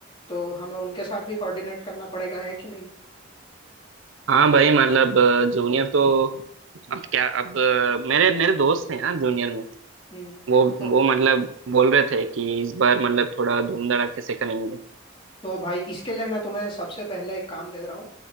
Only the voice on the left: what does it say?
तो हमें उनके साथ भी कोऑर्डिनेट करना पड़ेगा है कि नहीं
हम्म
तो
तो भाई इसके लिए मैं तुम्हें सबसे पहले एक काम दे रहा हूँ